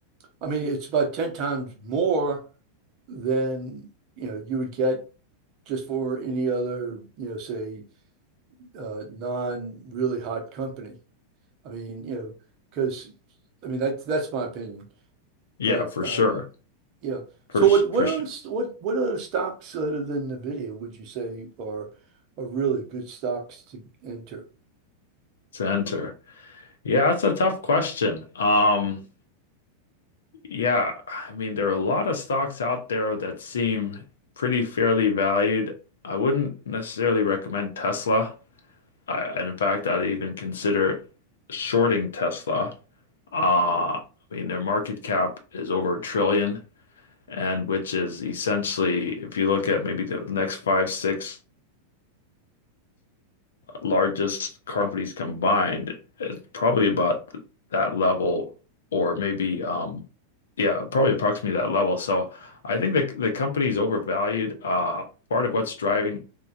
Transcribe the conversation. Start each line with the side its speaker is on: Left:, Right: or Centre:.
Right: I mean, it's about ten times more than you know you would get just for any other, you know, say, uh, non really hot company. I mean, you know, because I mean that's that's my opinion.
Left: Yeah,
Right: But
Left: for
Right: um,
Left: sure.
Right: yeah.
Left: For,
Right: So
Left: s-
Right: what what
Left: for
Right: other
Left: s-
Right: st- what what other stocks other than Nvidia would you say are are really good stocks to enter?
Left: to enter. Yeah, that's a tough question. Um, Yeah, I mean, there are a lot of stocks out there that seem pretty fairly valued. I wouldn't necessarily recommend Tesla. I, and in fact, I'd even consider shorting Tesla. Uh, I mean, their market cap is over a trillion, and which is essentially, if you look at maybe the next five, six largest car companies combined is probably about th- that level or maybe um yeah probably approximately that level so I think the the company is overvalued uh part of what's driving